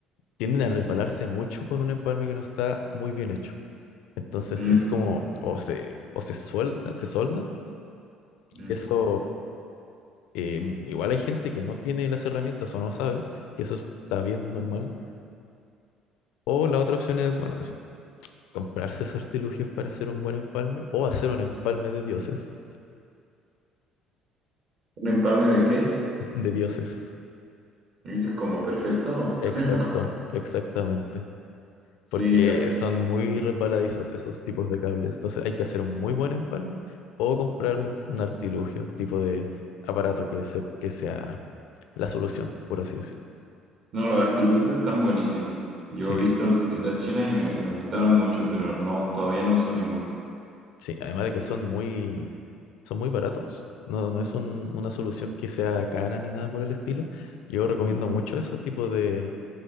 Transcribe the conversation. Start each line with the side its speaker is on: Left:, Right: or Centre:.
Left: tienden a resbalarse mucho con un empalme que no está muy bien hecho. Entonces
Right: Mm,
Left: es como, o se, o se sueltan, se soldan,
Right: mm.
Left: que eso, eh, igual hay gente que no tiene las herramientas o no sabe, que eso está bien normal. O la otra opción es, bueno, eso, comprarse esos artilugios para hacer un buen empalme o hacer un empalme de dioses,
Right: ¿Un empalme de qué?
Left: de dioses.
Right: ¿Dices como perfecto?
Left: Exacto,
Right: <laughs>
Left: exactamente.
Right: Sí,
Left: Porque
Right: de
Left: son muy resbaladizos esos tipos de cables. Entonces hay que hacer un muy buen empalme o comprar un, un artilugio, un tipo de aparato que, se, que sea la solución, por así decir.
Right: No, los artilugios están buenísimos. Yo
Left: Sí,
Right: he visto las tiendas chinas y me, me gustaron mucho, pero no, todavía no uso ninguno.
Left: sí. Además de que son muy, son muy baratos. No, no es un- una solución que sea cara ni nada por el estilo. Yo recomiendo
Right: Mm.
Left: mucho ese tipo de,